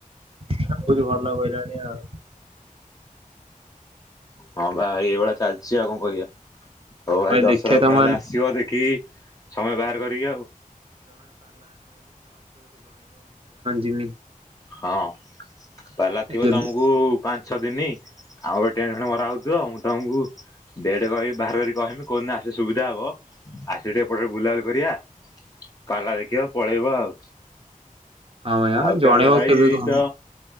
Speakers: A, on the right; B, on the left.
A: ଆ ବହୁତ ଭଲ କହିଲାଣି ଆଉ
B: ହଁ ବା ଏଇଭଳିଆ ଚାଲିଛି ଆଉ କଣ କରିବାଆ ହଉ ଭାଇ ଦଶହଟାକୁ
A: ଦେଖିଆ ତମ
B: ତାହେଲେ
A: ଆଡେ
B: ଆସିବ ଦେଖିକି ସମୟ ବାହାର କରିକି ଆଉ
A: ଜିମି
B: ହଁ। ପାଲା ଥିବ
A: ଯେବେ
B: ତମକୁ ପାଞ୍ଚ ଛ ଦିନି ଆଉ ଗୋଟେ ଟ୍ରେନ୍ ଫଣ୍ଡେ ମରା ହେଉଥିବ ମୁଁ ତମକୁ ଡେଟ୍ କହିବି ବାହାର କରି କହମି କହୁହନିନି ଆସେ ସୁବିଧା ହବ ଆସିବେ ଟିକେ ଏପଟେ ବୁଲାବୁଲି କରିବା କଲା ଦେଖିବ ପଳେଇବ ଆଉ
A: ହଉ
B: ଆଉ ତାହେଲେ
A: ଜଣେଇବ
B: ଭାଇ
A: କେବେ
B: ଏଇତ
A: କ